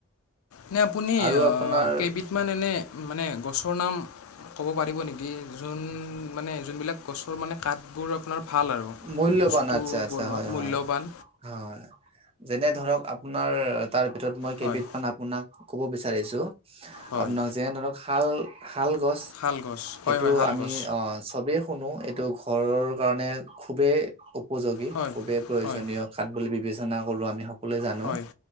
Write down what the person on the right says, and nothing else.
আৰু আপোনাৰ
মূল্যবান
আচ্ছা আচ্ছা
হয়
হয় হয় যেনে- ধৰক আপোনাৰ তাৰ ভিতৰত মই কেইবিধমান
আপোনাক ক'ব বিচাৰিছোঁ।
আপোনাক যে ধৰক শাল। শাল গছ
সেইটো
আমি অ চবেই শুনো এইটো ঘৰৰ কাৰণে খুবেই উপযোগী
খুবেই প্ৰয়োজনীয়
খাত বুলি বিবেচনা কৰোঁ আমি- সকলোৱে জানোঁ